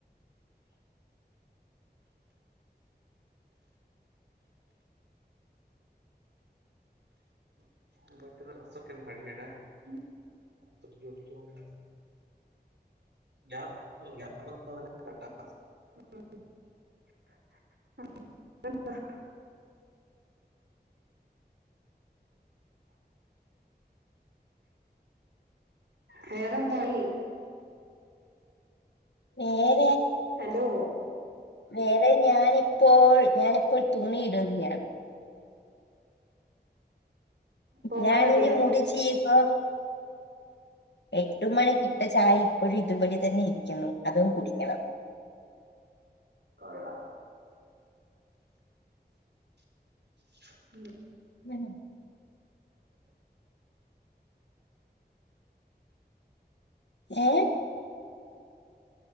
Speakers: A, on the right (about 85°); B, on the left (about 90°).
A: <unintelligible> <unintelligible> <unintelligible> വേറെന്തായി?
B: ഏഹ്
A: ഹലോ
B: വേറെ ഞാനിപ്പോൾ ഞാനിപ്പോൾ തുണിയിടുകയാണ്.
A: പോവാൻ
B: ഞാൻ
A: റെഡിയായി
B: ഇനി മുടി ചീകാ എട്ട് മണിക്കിട്ട ചായ ഇപ്പോഴും ഇതുപടി തന്നെ ഇരിക്കുന്നു. അതും കുടിക്കണം.
A: കൊളളാം. ഉ
B: ഉം ഏ